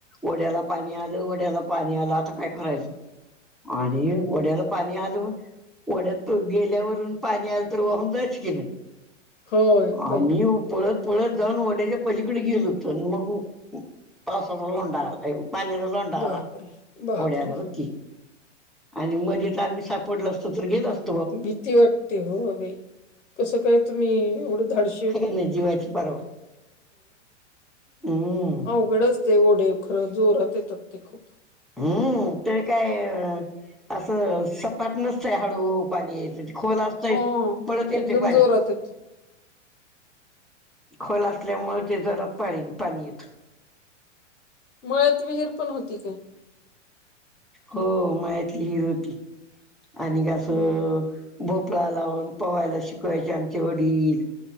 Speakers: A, in the centre; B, on the left.
A: ओढ्याला पाणी आलं ओड्याला पाणी आलं आता काय करायचं आणि ओढ्याला पाणी आलं ओढ्यात गेल्यावरून पाणी आलं तर वाहून जायचं की नाही.
B: होय बाई
A: आम्ही पळत पळत जाऊन वड्याच्या पलीकडे गेल होतं मग पावसाचा लोंडा आला पाण्याचा लोंडा
B: बापरे!
A: आला
B: बापरे!
A: ओढ्यालाकी आणि मधच आम्ही सापडल त्र गेलं असत
B: भीती वाटते हो बाई कसं काय तुम्ही एवढं धाडश
A: हाय का नाही जीवाची परवा हम्म
B: अवघडच ते ओढे खरं जोरात येतात ते खूप
A: हम्म तर काय असं सपाट नसतय हळू पाणी याच खला असत
B: हां,
A: पडत
B: ते
A: येते
B: एकदम
A: पाणी
B: जोरात येतात.
A: खोल असल्यामुळे ते जरात पाळीन पाणी येथ
B: मुळ्यात विहीर पण होती काय
A: हो मातली हिर होती आणि असं
B: हं.
A: भोपळा लावून पवयला शिकवायचे आमचे वडील